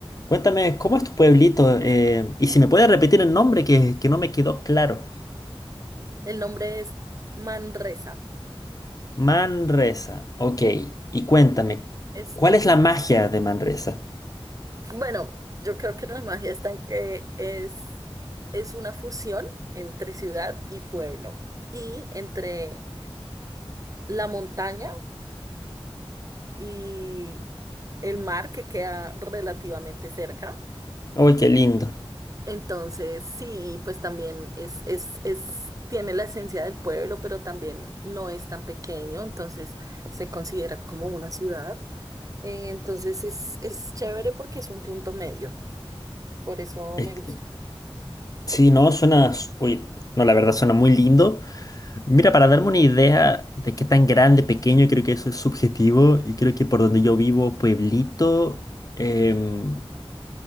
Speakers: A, on the left (about 35°); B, on the right (about 35°).
A: Cuéntame, ¿cómo es tu pueblito? Eh, y si me puedes repetir el nombre, que, que no me quedó claro.
B: El nombre es Manresa.
A: Manresa, ok. Y cuéntame,
B: Es,
A: ¿cuál
B: es
A: es la magia de Manresa?
B: Bueno, yo creo que la magia está en que es, es una fusión entre ciudad y pueblo y entre la montaña y el mar que queda relativamente cerca.
A: Uy, qué lindo.
B: Entonces, sí, pues también es, es, es, tiene la esencia del pueblo, pero también no es tan pequeño, entonces se considera como una ciudad. Eh, entonces es, es chévere porque es un punto medio, por eso
A: Es
B: me
A: que-
B: gusta.
A: Sí, no, suena... Uy, no, la verdad suena muy lindo. Mira, para darme una idea de qué tan grande, pequeño, creo que eso es subjetivo y creo que por donde yo vivo, pueblito, em,